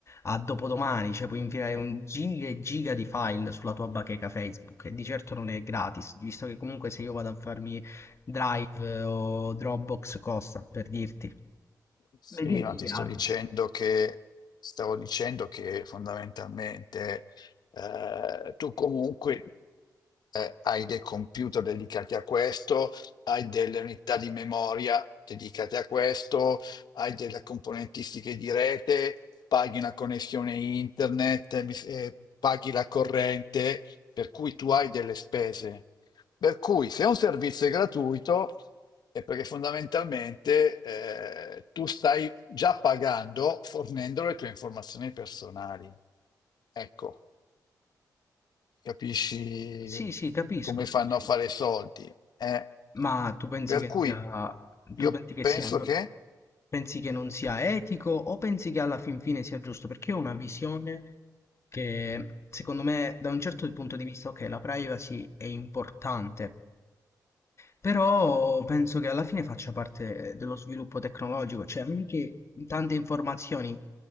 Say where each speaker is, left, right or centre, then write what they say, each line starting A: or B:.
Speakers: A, on the left; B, on the left.
A: a dopodomani, cioè puoi inviare un giga e giga di file sulla tua bacheca Facebook e di certo non è gratis, visto che comunque se io vado a farmi Drive eh, o Dropbox costa, per dirti.
B: Sì,
A: Beh, è
B: ma ti
A: gratis.
B: sto dicendo che, stavo dicendo che fondamentalmente eh, tu comunque eh, hai dei computer dedicati a questo, hai delle unità di memoria dedicate a questo, hai delle componentistiche di rete, paghi una connessione internet, mi- eh, paghi la corrente, per cui tu hai delle spese. Per cui se un servizio è gratuito. E perché fondamentalmente eh, tu stai già pagando fornendo le tue informazioni personali. Ecco, capisci
A: Sì, sì, capisco,
B: come
A: capisco.
B: fanno a fare i soldi. eh?
A: Ma tu pensi
B: Per
A: che
B: cui
A: sia, tu
B: io
A: pensi che
B: penso
A: sia, allora,
B: che
A: pensi che non sia etico o pensi che alla fin fine sia giusto? Perché io ho una visione che secondo me da un certo punto di vista, ok, la privacy è importante, però penso che alla fine faccia parte dello sviluppo tecnologico, cioè anche tante informazioni